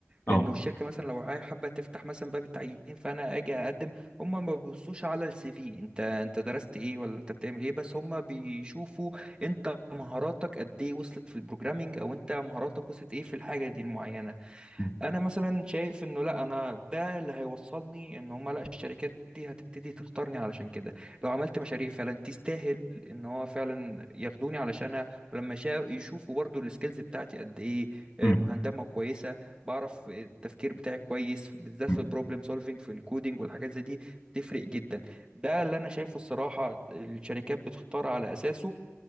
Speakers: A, on the left; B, on the right.
A: اه
B: انه الشركه مثلا لو عاي- حابه تفتح مثلا باب التعيين فانا اجي اقدم هم ما بيبصوش على السي في انت انت درست ايه ولا انت بتعمل ايه بس هم بيشوفوا انت مهاراتك قد ايه وصلت في البروجرامينج او انت مهاراتك وصلت ايه في الحاجه دي المعينه
A: م-
B: انا مثلا شايف انه لا انا ده اللي هيوصلني ان هم لا الشركات دي هتبتدي تختارني علشان كده لو عملت مشاريع فعلا تستاهل ان هو فعلا ياخدوني علشانها ولما شا- يشوفوا برضو السكيلز بتاعتي قد ايه آه،
A: م-
B: مهندمه كويسه بعرف التفكير بتاعي كويس بالذات
A: م-
B: في البروبلم سولفينج في الكودينج والحاجات زي دي بتفرق جدا ده اللي انا شايفه الصراحه الشركات بتختار على اساسه